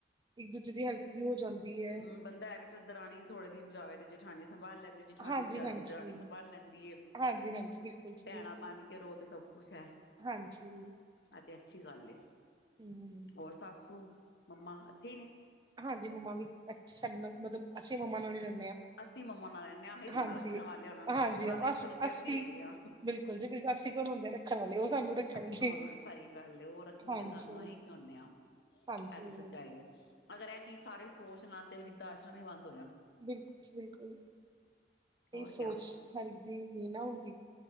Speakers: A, on the right (about 25°); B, on the left (about 70°).
A: ਇੱਕ ਦੂਜੇ ਦੀ ਹੈਲਪ ਵੀ ਹੋ ਜਾਂਦੀ ਹੈ
B: ਹਮ ਬੰਦਾ ਇਹ ਵੀ ਚੱਲ ਦਰਾਣੀ ਥੋੜੇ ਦਿਨ ਜਾਵੇ ਤੇ ਜੇਠਾਣੀ ਸੰਭਾਲ ਲੈਂਦੇ ਜਠਾਣੀ
A: ਹਾਂਜੀ
B: ਚ ਆਵੇ
A: ਹਾਂਜੀ
B: ਤੇ ਦਰਾਣੀ ਸੰਭਾਲ ਲੈਂਦੀ ਏ।
A: ਹਾਂਜੀ ਹਾਂਜੀ ਬਿਲਕੁਲ ਜੀ
B: ਭੈਣਾਂ
A: ਬਿਲਕੁਲ
B: ਬਨ ਕੇ ਰੋ ਤੇ ਸਭ ਕੁਛ ਐ।
A: ਹਾਂਜੀ।
B: ਤੇ ਅੱਛੀ ਗੱਲ ਐ
A: ਹੂੰ,
B: ਹੋਰ ਸਾਸੂ ਮੰਮਾ ਇੱਥੇ ਹੀ ਨੇ?
A: ਹਾਂਜੀ ਮੰਮਾ ਵੀ ਨਾਲ ਮਤਲਬ ਅੱਛੇ ਮੰਮਾ ਨਾਲ ਰ
B: ਅਸੀਂ ਮੰਮਾ ਨਾਲ ਰਹਿੰਦੇ ਹਾਂ ਅਸੀਂ ਥੋੜਾ
A: ਹਾਂਜੀ
B: ਰੱਖਣ ਵਾਲੇ ਉਹਨਾਂ ਨੂੰ
A: ਹਾਂਜੀ
B: ਉਹਨਾਂ
A: ਅ
B: ਦੇ ਥਰੂ ਤੇ
A: ਅਸੀ
B: ਅਸੀਂ ਹੈਗੇ ਹਾਂ।
A: ਬਿਲਕੁਲ ਜੀ। ਅਸੀਂ ਕੋਣ ਹੁੰਦੇ ਹਾਂ ਰੱਖਣ ਵਾਲੇ ਉਹ ਸਾਨੂੰ ਰੱਖਣਗੇ,
B: ਅਸੀਂ ਕੌਣ ਸਹੀ ਗੱਲ ਏ, ਉਹ ਰੱਖਣਗੇ
A: ਹਾਂਜੀ।
B: ਸਾਨੂੰ ਅਸੀਂ ਕੀ ਹੁੰਦੇ ਹਾਂ
A: ਹਾਂਜੀ।
B: ਇਹ ਤੇ ਸੱਚਾਈ ਏ। ਅਗਰ ਇਹ ਚੀਜ਼ ਸਾਰੇ ਸੋਚ ਲੈਣ ਤੇ ਵਿਰਧ ਆਸ਼ਰਮ ਹੀ ਬੰਦ ਹੋ ਜਾਣ।
A: ਬਿਲਕੁਲ ਜੀ ਬਿਲਕੁਲ
B: ਹੋਰ
A: ਇਹ ਸੋਚ
B: ਕਿਆ।
A: ਹਰ ਇੱਕ ਦੀ ਨੀ ਨਾ ਹੁੰਦੀ।